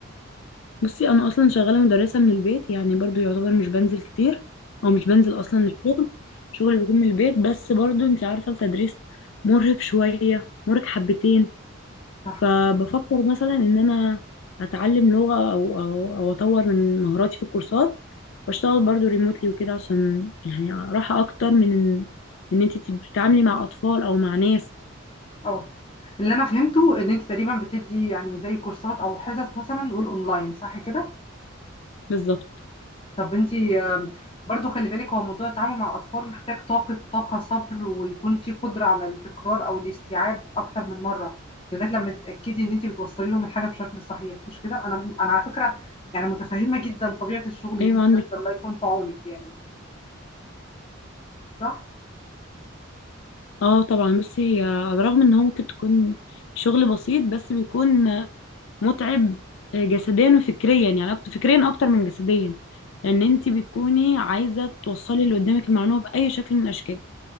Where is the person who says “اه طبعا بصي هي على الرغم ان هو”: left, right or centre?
Left